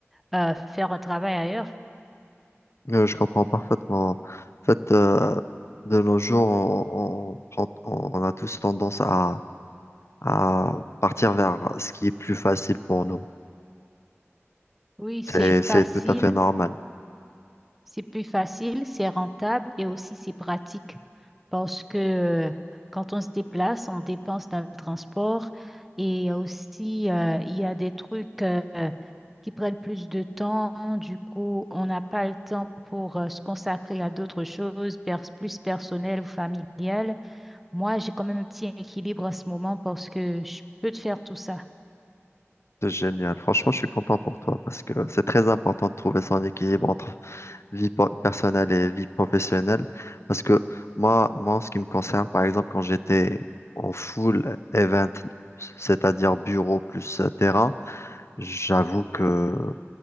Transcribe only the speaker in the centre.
et euh, faire un travail ailleurs?
Oui, c'est
facile,
C'est plus facile, c'est rentable et aussi c'est pratique parce que euh, quand on se déplace, on dépense dans le transport et aussi euh, il y a des trucs euh, qui prennent plus de temps. Du coup, on n'a pas le temps pour euh, se consacrer à d'autres choses pers- plus personnelles ou familiales. Moi, j'ai quand même un petit équilibre en ce moment parce que je peux te faire tout ça.